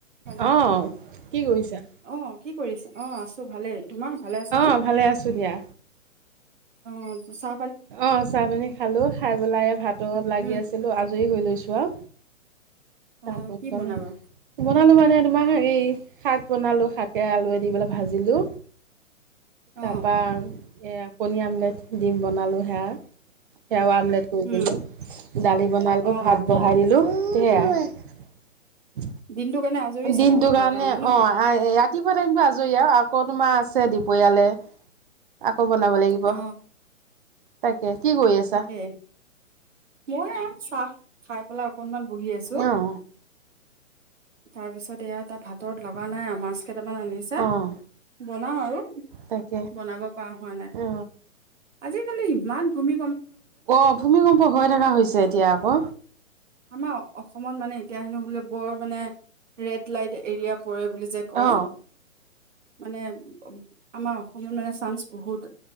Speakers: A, on the right; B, on the right.
A: Hello
B: অ' কি কৰিছা?
A: অ কি কৰিছে? অ' আছোঁ ভালেই। তোমাৰ ভালে আছানে
B: অ' ভালে আছোঁ দিয়া।
A: অ'। ম চা
B: অ' চাহ-পানী খালোঁ। খাই পেলাই এয়া ভাতত লাগি
A: উম
B: আছিলোঁ। আ আজৰি হৈ লৈছোঁ আও।
A: অ
B: কাম-বন
A: কি বনাবা
B: <inaudible> বনালোঁ মানে তোমাৰ হেৰি, শাক বনালোঁ। শাকে আলুৱে দি পেলাই ভাজিলোঁ।
A: অ
B: তাৰপা এয়া কণী আমলেট ডিম বনালোঁ সেয়া সেয়াও আমলেট কৰি
A: উম
B: দিলোঁ। দালি বনালোঁ,
A: অ
B: ভাত
A: অ দিয়া
B: বহাই দিলোঁ সেয়া।
A: দিনটো কাৰণে আজৰি চাগে
B: দিনটো
A: ভাতৰ
B: কাৰণে,
A: ন
B: অ' আই ৰাতি পুৱা টাইমটো আজৰি আও। আকৌ তোমাৰ আছে দুপৰীয়ালে। আ কৌ বনাব লাগিব।
A: অ
B: তাকে কি কৰি আছা
A: তাকে। মই এ আৰু চাহ খাই পেলাই অকনমান বহি আছোঁ।
B: অঁ
A: তাৰপিছত এয়া তাত ভাতত লগা নাই। আ- মাছ কেইটামান আনিছে
B: অঁ
A: বনাও আৰু
B: তাকে
A: বনাব পৰা হোৱা নাই।
B: অ
A: আজিকালি ইমান ভূমি
B: অ, ভূমিকম্প হৈ থকা হৈছে এতিয়া আকৌ।
A: আমাৰ অসমত মানে এতিয়া হেনো বোলে বৰ মানে ৰেড লাইট এৰিয়া পৰে বুলি যে কয়
B: অ
A: মানে আমাৰ অসমলৈ মানে চান্স বহুত।